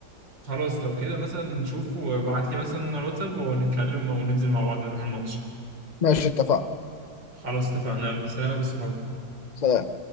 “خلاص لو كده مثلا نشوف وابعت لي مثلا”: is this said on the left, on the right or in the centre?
Right